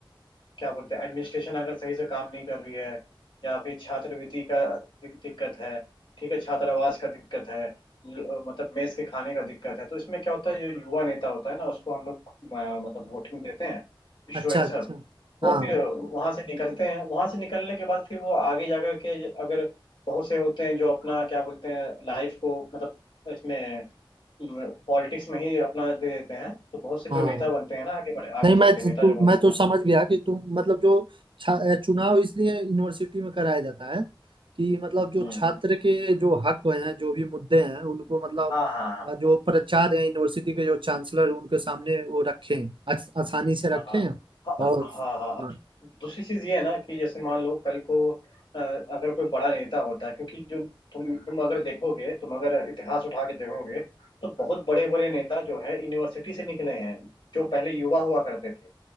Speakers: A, on the left; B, on the right.
A: क्या बोलते हैं एडमिनिस्ट्रेशन अगर सही से काम नहीं कर रही है या फिर छात्रवृत्ति का दिक- दिक्कत है ठीक है छात्रावास का दिक्कत है ल- मतलब मेस के खाने का दिक्कत है तो इसमें क्या होता है जो युवा नेता होता है ना उसको हम लोग अ, मतलब वोटिंग देते हैं स्टूडेंट्स
B: अच्छा अच्छा हाँ
A: वो फिर वहां से निकलते हैं वहां से निकलने के बाद फिर वो आगे जाकर के अगर बहुत से होते हैं जो अपना क्या बोलते हैं लाइफ को मतलब इसमें पॉलिटिक्स में ही अपना दे देते हैं तो बहुत से
B: हाँ
A: जो नेता बनते हैं ना आगे बढ़े आगे
B: नहीं मैं
A: चल के
B: तो,
A: नेता
B: तू,
A: जो बनते
B: मैं तो
A: हैं
B: समझ गया कि तुम मतलब जो छा- चुनाव इसलिए यूनिवर्सिटी में कराया जाता है कि मतलब जो
A: हम्म
B: छात्र के जो हक हैं जो भी मुद्दे हैं उनको मतलब
A: हाँ हाँ हाँ।
B: अ, जो प्राचार्य हैं यूनिवर्सिटी के जो चांसलर हैं, उनके सामने वो रखें आस, आसानी से
A: हाँ
B: रखें
A: हाँ हाँ
B: और
A: हाँ हाँ।
B: हाँ
A: दूसरी चीज ये है ना कि जैसे मान लो कल को अ, अगर कोई बड़ा नेता होता है क्योंकि जो तुम तुम अगर देखोगे तुम अगर इतिहास उठा के देखोगे तो बहुत बड़े बड़े नेता जो है यूनिवर्सिटी से निकले हैं जो पहले युवा हुआ करते थे